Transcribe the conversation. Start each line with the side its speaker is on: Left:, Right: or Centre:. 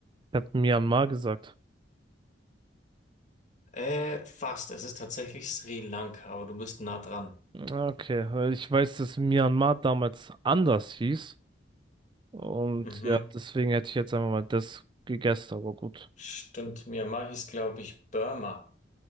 Right: Hat Myanmar gesagt.
Left: Äh, fast. Es ist tatsächlich Sri Lanka, aber du bist nah dran.
Right: Okay, weil ich weiß, dass Myanmar damals anders hieß. Und
Left: Mhm.
Right: ja, deswegen hätte ich jetzt einfach mal das gegessen, aber gut.
Left: Stimmt, Myanmar hieß, glaube ich, Burma.